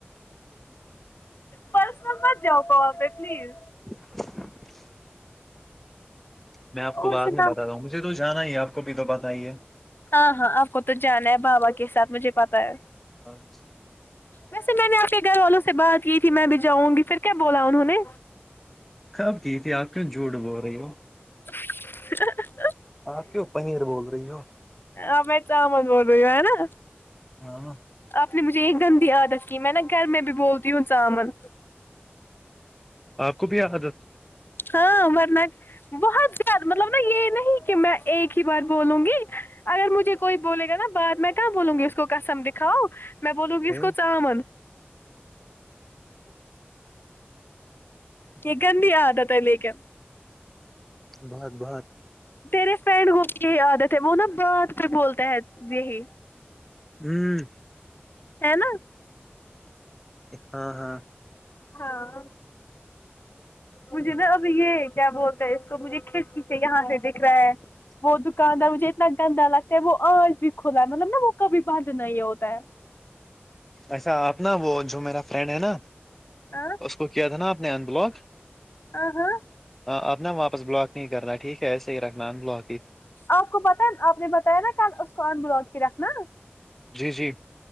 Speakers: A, on the left (about 55°); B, in the centre.
A: پرسنل مت جؤ پا پلیز
B: <inaudible> میں آپ کو
A: اور
B: بعد
A: سنا
B: میں بتاتا ہوں مجھے تو جانا ہی ہے آپ کو بھی تو پت ہی ہے
A: ہاں ہاں آپ کو تو جانا ہے بابا کے ساتھ مجھے پتا ہے
B: اچ
A: ویسے میں نے آپنے گھر والوں سے بات کی تھی میں بھی جاؤں گی پھر کیا بولا انہوں نے
B: خب کی تھی آپ کیوں جھوٹ بو رہی ہو
A: <inaudible>
B: آپ کیوں پنیر بول رہی ہو
A: اب توم بول رہی ہو ہے نا
B: ہاں
A: آپ نے مجھے یہ گندی عادت کی میں نا گھر میں بھی بولتی ہوں چاامن
B: کپ آ دت
A: ہاں مرناٹ بہت زیادہ مطلب نا یہ نہیں کہ میں ایک ہی بار بولوں گی اگر مجھے کوئی بولے گا نا بعد میں کہاں بولوں گی اس کو کسم دکھاؤ میں بولوں گی
B: پھر
A: اس کو چمن یہ گن بھی آد تھا لے کر
B: بہت بہت
A: تیرے فرینڈ کو بھی یہی آد تھے وہ نا بات پ بولتے ہیں یہی
B: ہوں
A: ہے نا
B: ہاں ہاں
A: ہاں مجھے نا اب یہ کیا بولتا ہے اس کو مجھے کھڑکی سے یہاں سے دکھ رہا ہے وہ دکاندار مجھے اتنا گندا لگتا ہے وہ آج بھی کھلا ہے مطلب نا وہ کبھی بند نہیں ہوتا ہے
B: اچھا آپ نا وہ جو میرا فرینڈ ہے نا
A: ہاں
B: اس کو کیا تھا نا آپ نے ان بلاک
A: ہاں ہاں
B: ہاں ابناا واپس بلاک نہیں کرنا ٹھیک ہے صحیح رکھنا ان بلاک ہی
A: آپ کو پتا آپ نے بتایا نا کل اس کو ان بلاک ہی رکھنا
B: جی جی